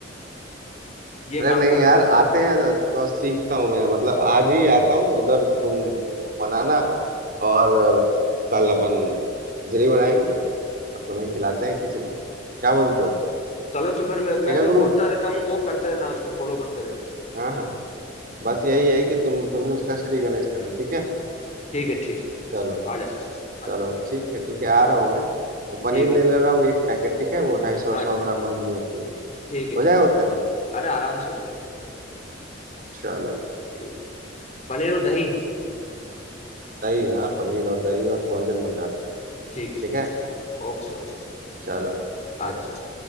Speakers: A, on the left; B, on the right.
A: ये
B: अरे
A: काम
B: नहीं
A: कर
B: यार
A: रहे हैं तुम
B: आते हैं और और सीखता हूँ मैं मतलब आज ही आता हूँ उधर तुम बनाना और अ, कल अपन खिचड़ी बनाएंगे और तुम्हें खिलाते हैं खिचड़ी क्या बोलते हो
A: चलो तो फिर मैं
B: ठीक
A: मैं
B: है
A: जो बोलता
B: गुरु
A: रहता हूँ वो करते रहना उसको फॉलो करते रहना
B: हाँ हाँ बस यही है कि तुम तुम्हें उसका श्री गणेश करना ठीक है
A: ठीक है ठीक है ठीक है
B: चलो
A: आ जा आ
B: चलो
A: जा
B: ठीक है ठीक है आ रहा हूँ मैं और पनीर
A: ठीक है
B: ले ले
A: ठीक
B: रहा हूँ एक पैकेट ठीक है वो ढाई सौ
A: हाँ
B: सौ ग्राम वाली जो होती है
A: ठीक है
B: हो जाएगा
A: ठीक है
B: उतने में
A: अरे आराम से हो जाएगा
B: चलो
A: ठीक पनीर और दही
B: दही हाँ पनीर और दही और फॉर्जन मटर
A: ठीक
B: ठीक
A: है ठीक
B: है
A: Okay okay
B: चलो
A: आ
B: ओके
A: जा